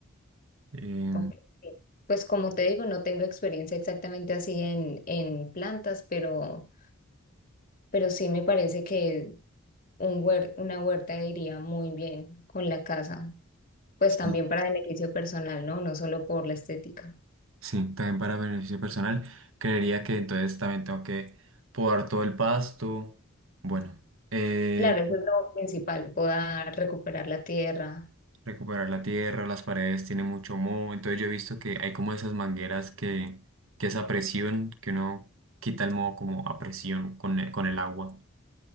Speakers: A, on the right (about 65°); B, on the left (about 40°).
A: Em,
B: Ok. Pues como te digo, no tengo experiencia exactamente así en, en plantas, pero, pero sí me parece que un huer- una huerta iría muy bien con la casa, pues
A: sí.
B: también para beneficio personal, ¿no? No solo por la estética.
A: Sí, también para beneficio personal. Creería que entonces también tengo que podar todo el pasto. Bueno, eh,
B: Claro, eso es lo principal, podar, recuperar la tierra.
A: recuperar la tierra, las paredes tiene mucho moho. Entonces yo he visto que hay como esas mangueras que, que esa presión, que uno quita el moho como a presión con el, con el agua